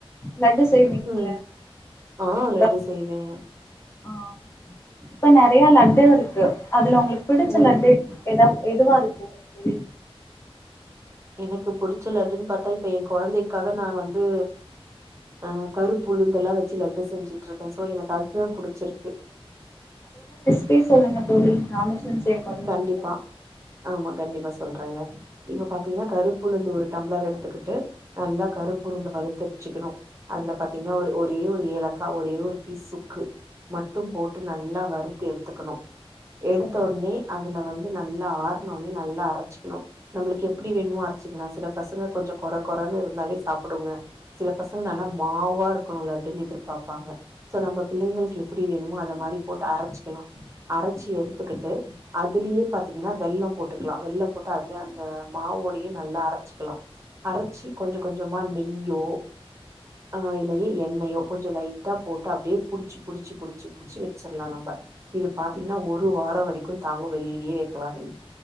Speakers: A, on the left; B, on the right.
A: லட்டு செய்வீங்கல்ல
B: ம் ஆ
A: இப்ப
B: லட்டு செய்வே
A: ஆ இப்ப நெறையா லட்டா இருக்கு அதுல உங்களுக் பிடிச்ச
B: ம்
A: லட்டு எத எதுவா இருக்கு தோழி
B: எனக்கு புடிச்ச லட்டுன்னு பாத்தா இப்ப எ கொழந்தைக்காக நா வந்து ஆ கருப்புளுந்துல்லா வச்சு லட்டு செஞ்சுட்டு இருக்கே சோ எனக்கு அது தா புடிச்சிருக்கு
A: பே சொல்லுங்க தோழி நானு செஞ்சு என் கொழந்தைங்களுக்கு
B: கண்டிப்பா ஆமா கண்டிப்பா ச சொல்றாங்க இப்ப பாத்தீங்கன்னா கருப்புளுந்து ஒரு டம்ளர் எடுத்துக்கிட்டு நல்லா கருப்புளுந்து வறுத்து வச்சுக்கணு அதுல பாத்தீங்கன்னா ஒரு ஒரு ஒரே ஒரு ஏலக்கா ஒரே ஒரு பீஸ் சுக்கு மட்டும் போட்டு நல்லா வறுத்து எடுத்துக்கணு எடுத்த
A: சரிங்க
B: ஒடனே அ அதுல வந்து நல்லா ஆரணோனே நல்லா அரச்சிக்கணு நம்மளுக்கு எப்டி வேணுமோ அரச்சிக்கணு சில பசங்க கொஞ்சோ கொற கொறன்னு இருந்தாலே சாப்புடுங்க சில பசங்க நல்லா மாவா இருக்கணு லட்னு எதிர்பாப்பாங்க சோ நம்ம பிள்ளைங்களுக்கு எப்டி வேணுமோ அத மாறி போட்டு அரச்சிக்கலா அரச்சி எடு த்துக்கிட்டு அதுலேயே பாத்தீங்கன்னா வெள்ளோ போட்டுக்கலா வெள்ளோ போட்டு அதுலயே அந்த மாவோடயே நல்லா அரச் சுக்கலா அரச்சி கொஞ்ச கொஞ்சமா நெய்யோ ஆ இல்லையே எண்ணெயோ கொஞ்ச லைட்டா போட்டு அப்படியே புடிச்சு புடிச்சு புடிச்சு புடிச்சு வச்சிடலா நம்ம இது பாத்தீங்கன்னா ஒரு வார வரைக்கு தாங்கு வெளியிலயே வைக்கலா நீங்க